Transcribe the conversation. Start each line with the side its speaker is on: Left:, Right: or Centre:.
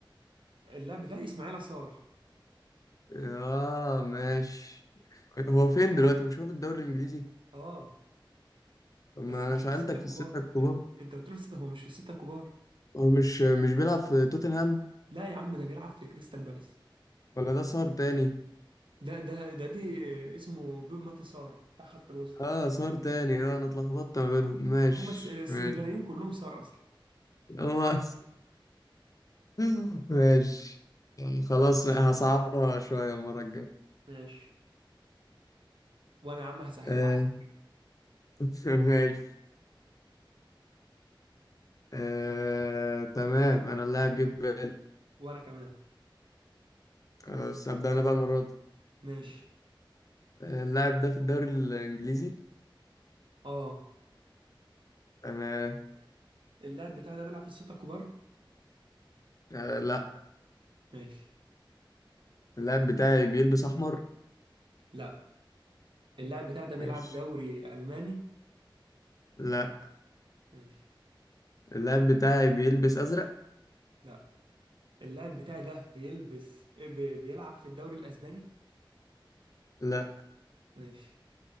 Right: اللاعب بتاعي اسماعيل صار
Left: اه ماشي هو فين دلوقتي مش هو في الدوري الانجليزي
Right: اه
Left: طب ما
Right: بس مش
Left: انا سألتك
Right: في السته الكبار
Left: في الستة الكبار
Right: إن- انت قلت لي في السته هو مش في السته الكبار
Left: هو مش مش بيلعب في توتنهام
Right: لا يا عم ده بيلعب في كريستال بالاس
Left: ولا ده صار تاني
Right: ده ده ده دي اسمه بيب ماتي سار بتاع خط الوسط
Left: اه صار تاني اه انا اتلخبطت ما بينهم ماشي
Right: هم الس- السنغاليين
Left: ماشي
Right: كلهم سار اصلا
Left: هو <laughs> ماشي يعني خلاص هصعبها شوية المرة الجاية
Right: ماشي وانا يا عم هسهلها
Left: آه
Right: عليك
Left: <laughs> ماشي آه تمام انا اللاعب جه في بالي
Right: وانا كمان
Left: آه، بس ابدأ انا بقى المرة دي
Right: ماشي
Left: آه، اللاعب ده في الدوري الانجليزي
Right: اه
Left: تمام
Right: اللاعب بتاعي ده بيلعب في السته الكبار
Left: آه لا
Right: ماشي
Left: اللاعب بتاعي بيلبس احمر
Right: لا اللاعب بتاعي ده بيلعب
Left: ماشي
Right: دوري الماني
Left: لا
Right: ماشي
Left: اللاعب بتاعي بيلبس ازرق
Right: لا اللاعب بتاعي ده بيلبس بي- بيلعب في الدوري الاسباني
Left: لا
Right: ماشي